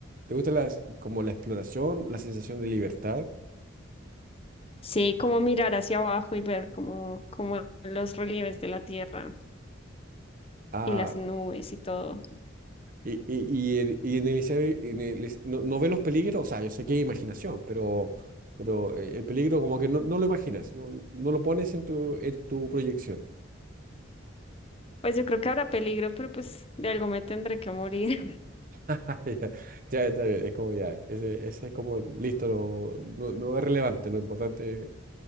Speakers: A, on the right; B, on the left.
A: ¿Te gusta las, como la exploración, la sensación de libertad?
B: Sí, como mirar hacia abajo y ver como, como los relieves de la tierra
A: Ah,
B: y las nubes y todo.
A: y, y, y en, y en el iceberg- en el ice- no, no ve los peligros, o sea, yo sé que hay imaginación, pero, pero eh, el peligro como que no, no lo imaginas, no, no lo pones en tu, en tu proyección.
B: Pues yo creo que habrá peligro, pero pues de algo me tendré que morir.
A: <laughs> Ah, Ya, ya está bien, es como ya, ese, ese es como, listo, lo- no, no es relevante, lo importante